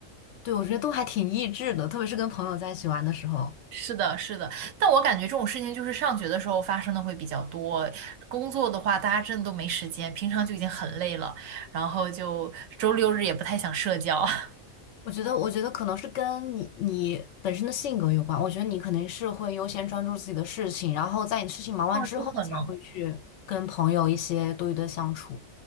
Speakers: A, on the left; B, on the right.
A: 对，我觉得都还挺益智的，特别是跟朋友在一起玩的时候。
B: 是的，是的，但我感觉这种事情就是上学的时候发生的会比较多，工作的话大家真的都没时间，平常就已经很累了，然后就周六日也不太想社交。<laughs>
A: 我觉得，我觉得可能是跟你你本身的性格有关。我觉得你肯定是会优先专注自己的事情，然后在你事情忙完之后，
B: 哦，有可能。
A: 才会去跟朋友一些多余的相处。